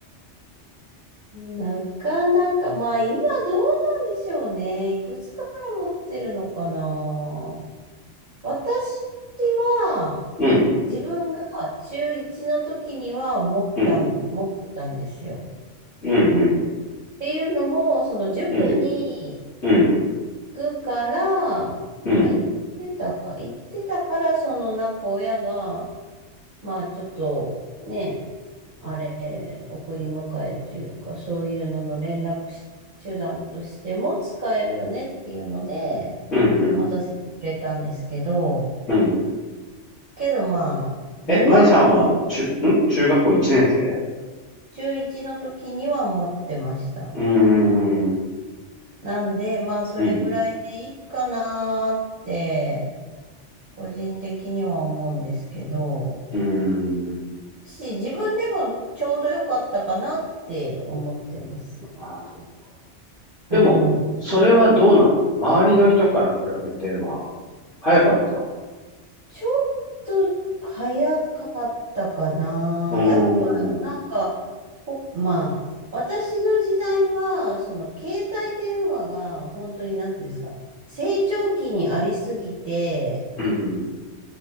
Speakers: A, on the right; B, on the left.
A: なかなか、まあ今どうなんでしょうね。いくつかから持ってるのかな。私は
B: う。うん、
A: 自分が中1の時には持ったんで、
B: うん、
A: 持ってたんですよ。
B: うん、うん、
A: っていうのも、その塾に行
B: うん、うん、
A: くから、まあ行ってたか、
B: うん、
A: 行ってたから、そのなんか親が、まあちょっとね、あれ、送り迎えというか、そういうのの連絡手段としても使えるよねっていうので、
B: うん、
A: 持たせてくれたんですけど、
B: うん。
A: けどまあ、今ほど
B: え、舞さんは、中、ん中学校1年生
A: 中1の時には持ってました。
B: うーん、うん、
A: なんで、まあ、それぐらいでいいかなーって、
B: う
A: 個人的には思うんですけど、
B: ーん。
A: し、自分でもちょうど良かったかなって思ってます。
B: あ、そっか。でも、
A: うん。
B: それはどうなの周りの人から比べては、早かった。
A: ちょっと早かったかな。
B: うーん、
A: やっぱ、
B: うん、
A: なんか、ほまあ、私の時代は、その携帯電話が本当に、なんていうんですか、成長期にありすぎて、
B: うん、うん。